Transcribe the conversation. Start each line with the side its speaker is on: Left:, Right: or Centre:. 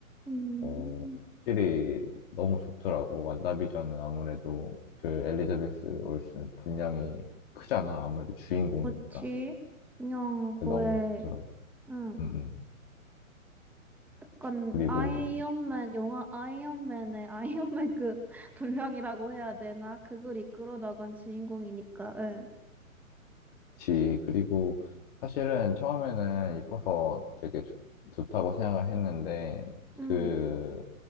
Centre: 음,
Left: 어 확실히 너무 좋더라고. 완다비전은 아무래도 그 엘리자베스 올슨 분량이 크잖아. 아무래도 주인공이니까.
Centre: 그렇지. 그냥 거의,
Left: 너무 좋더라고.
Centre: 응,
Left: 음, 음.
Centre: 약간
Left: 그리고,
Centre: 아이언맨, 영화 아이언맨의 아이언맨급 <laughs> 분량이라고 해야 되나? 그걸 이끌어 나간 주인공이니까, 응.
Left: 지, 그리고, 사실은 처음에는 이뻐서 되게 좋- 좋다고 생각을 했는데,
Centre: 응,
Left: 그,